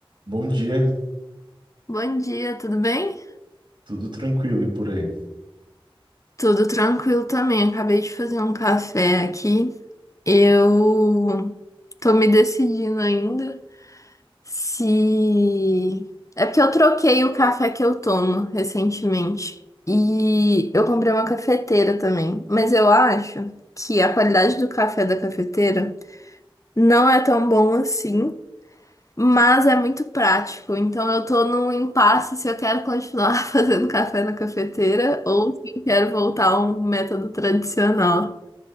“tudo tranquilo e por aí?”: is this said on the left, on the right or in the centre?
Right